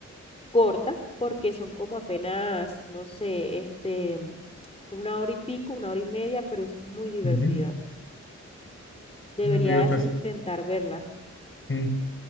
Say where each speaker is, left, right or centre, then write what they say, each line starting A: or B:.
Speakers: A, on the left; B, on the left.
A: corta, porque son como apenas, no sé, este, una hora y pico, una hora y media, pero es muy divertida.
B: Ujú.
A: Deberías
B: Eh, Fíjate, es-
A: intentar verla.
B: mm,